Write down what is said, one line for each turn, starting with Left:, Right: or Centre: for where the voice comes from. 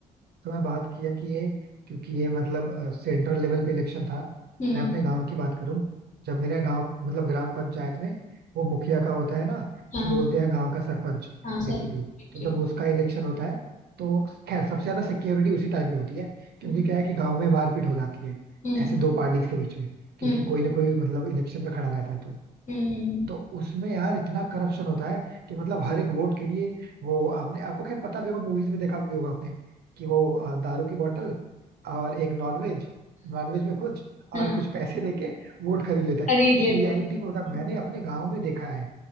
Right: तो मैं बात किया कि ये क्योंकि ये मतलब सेंट्रल लेवल पे इलेक्शन था
Left: हम्म
Right: मैं अपने गांव की बात करूं जब मेरा गांव मतलब ग्राम पंचायत में वो मुखिया का होता है ना जिसे
Left: हाँ
Right: बोलते हैं गांव का सरपंच
Left: हाँ सर
Right: बेसिकली तो
Left: ठीक
Right: जब उसका इलेक्शन होता है तो खैर सबसे ज्यादा सिक्योरिटी उसी टाइम पे होती है क्योंकि
Left: हम्म
Right: क्या है कि गांव में मारपीट हो जाती है
Left: हम्म
Right: ऐसे दो पार्टीज के बीच में क्योंकि
Left: हम्म
Right: कोई ना कोई मतलब इलेक्शन में खड़ा रहता है तो
Left: हम्म,
Right: तो उसमें यार इतना करप्शन होता है कि मतलब हर एक वोट के लिए वो आपने आपको खैर पता भी होगा मूवीज में देखा भी होगा आपने कि वो अ, दारू की बोतल और एक नॉनवेज नॉनवेज में कुछ
Left: हम्म,
Right: और
Left: हाँ
Right: कुछ पैसे देके वोट खरीद लेता है
Left: खरीद
Right: ये
Left: लेते
Right: रियलिटी में होता है मैंने
Left: हैं
Right: अपने गांव में देखा है